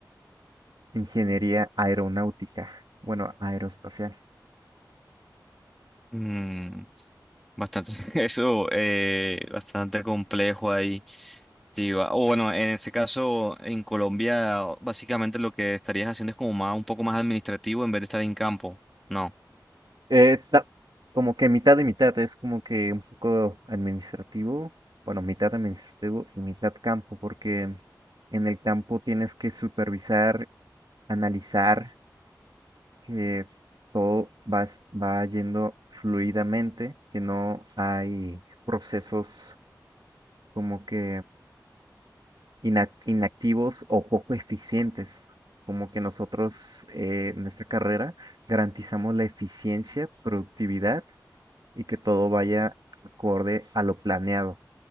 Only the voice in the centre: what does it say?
Mm, bastante, <laughs> eso, eh, bastante complejo ahí. Sí, va- o bueno, en este caso, en Colombia, básicamente lo que estarías haciendo es como más, un poco más administrativo en vez de estar en campo. No.